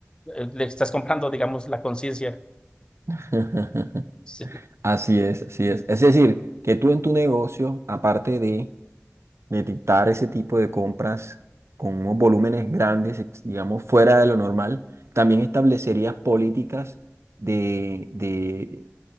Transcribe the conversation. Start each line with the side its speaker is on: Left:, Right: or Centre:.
Left: eh, le estás comprando, digamos, la conciencia.
Right: <laughs>
Left: Sí.
Right: Así es, así es. Es decir, que tú en tu negocio, aparte de, de dictar ese tipo de compras con unos volúmenes grandes, ex- digamos, fuera de lo normal, también establecerías políticas de, de,